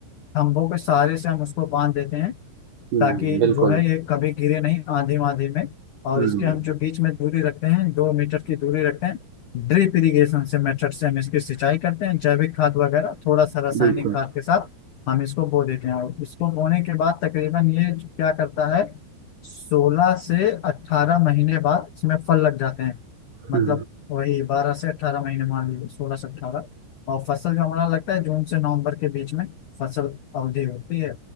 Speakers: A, on the left; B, on the right.
A: खम्भों के सहारे से हम उसको बांध देते हैं
B: हुँ,
A: ताकि
B: बिल्कुल।
A: जो है ये कभी गिरे नहीं आंधी वांधी में और
B: हुँ,
A: इसके हम जो बीच में दूरी रखते हैं दो मीटर की दूरी रखते हैं ड्रिप इरिगेशन से मेथड से हम इसकी सिंचाई करते हैं जैविक खाद वगैरह थोड़ा सा रासायनिक
B: बिल्कुल।
A: खाद के साथ हम इसको बो देते हैं और इसको बोने के बाद तकरीबन ये क्या करता है सोलह से अट्ठारह महीने बाद इसमें फल लग जाते हैं मतलब
B: हुँ।
A: वही बारह से अट्ठारह महीने मान लीजिए सोलह से अट्ठारह और फसल जो हमारा लगता है जून से नवंबर के बीच में फसल अवधि होती है